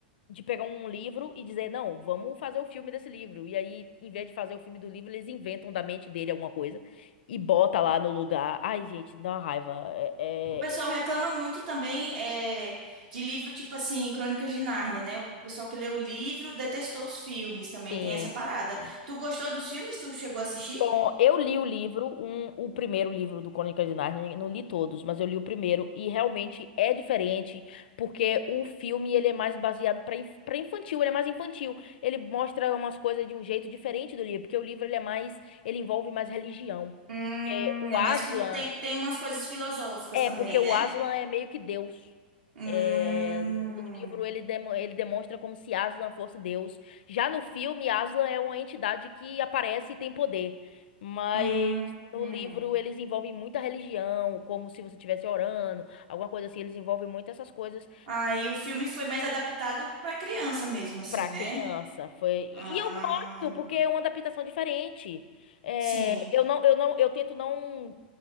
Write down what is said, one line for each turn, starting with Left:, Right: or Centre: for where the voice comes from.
Left: de pegar um livro e dizer, não, vamos fazer o filme desse livro. E aí, em vez de fazer o filme do livro, eles inventam da mente dele alguma coisa e bota lá no lugar. Ai, gente, dá uma raiva. É, é,
Right: O pessoal reclama muito também é, de livro tipo assim, Crônicas de Nárnia, né? O pessoal que leu o livro detestou os filmes, também
Left: Sim.
Right: tem essa parada.
Left: sim.
Right: Tu gostou dos filmes? Tu chegou a assistir?
Left: Bom, eu li o livro, um, o primeiro livro do Crônicas de Nárnia, não li todos, mas eu li o primeiro e realmente é diferente, porque o filme ele é mais baseado para para infantil, ele é mais infantil. Ele mostra umas coisas de um jeito diferente do livro, porque o livro ele é mais, ele envolve mais religião.
Right: Hum,
Left: Porque o
Right: é
Left: Aslan
Right: mais filo- tem, tem umas coisas filosóficas
Left: é,
Right: também,
Left: porque o
Right: né?
Left: Aslan é meio que Deus.
Right: Hum,
Left: É, no livro ele, demo- ele demonstra como se Aslan fosse Deus. Já no filme, Aslan é uma entidade que aparece e tem poder. Mas
Right: hum.
Left: no livro eles envolvem muita religião, como se você estivesse orando, alguma coisa assim. Eles envolvem muito essas coisas
Right: Aí o filme foi mais adaptado para criança mesmo, assim,
Left: pra criança.
Right: né?
Left: Foi... E
Right: Ah,
Left: eu gosto, porque é uma adaptação diferente. É,
Right: sim.
Left: eu não, eu não, eu tento não